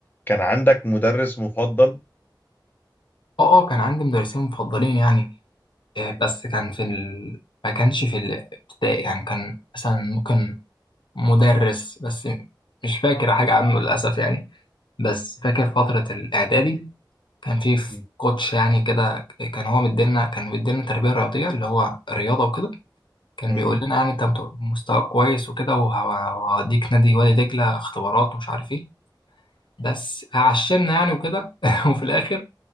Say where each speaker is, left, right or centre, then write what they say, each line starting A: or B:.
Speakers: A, on the left; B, on the left.
A: كان عندك مدرس مفضل؟
B: اه اه كان عندي مدرسين مفضلين يعني آه، بس كان في ال... ما كانش في الابتدائي يعني كان مثلا ممكن مدرس بس مش فاكر حاجه عنه للاسف يعني بس فاكر فتره الاعدادي كان في
A: م-
B: كوتش يعني كده كان هو مدينا كان مدينا تربيه رياضيه اللي هو رياضه وكده كان
A: م.
B: بيقول لنا يعني انت مت- مستوى كويس وكده وه- وهديك نادي وادي دجله اختبارات ومش عارف ايه بس عشمنا يعني وكده <laughs> وفي الاخر